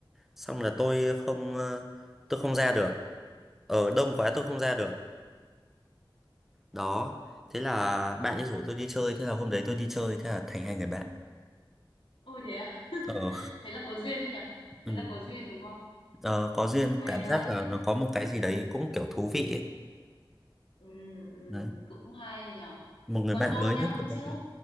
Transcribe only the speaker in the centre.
xong là tôi không ờ, tôi không ra được ở đông quá tôi không ra được đó thế là bạn ấy rủ tôi đi chơi thế là hôm đấy tôi đi chơi thế là thành hai người bạn
ờ
ừ.
<laughs> ờ, có duyên
cảm
giác là nó có một cái gì đấy cũng kiểu thú vị ấy
đấy
một người
bạn
mới
nhất
của
tôi